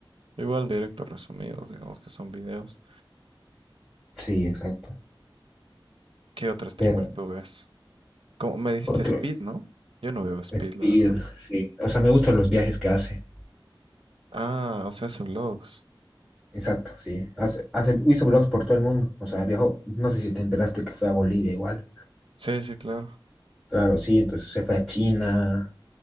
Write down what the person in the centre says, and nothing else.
Sí, exacto.
Pero
otro
Speed,
sí. O sea, me gustan los viajes que hace.
Exacto, sí. Hace, hace, hizo vlogs por todo el mundo. O sea, viajó, no sé si te enteraste que fue a Bolivia igual.
Claro, sí, entonces se fue a China,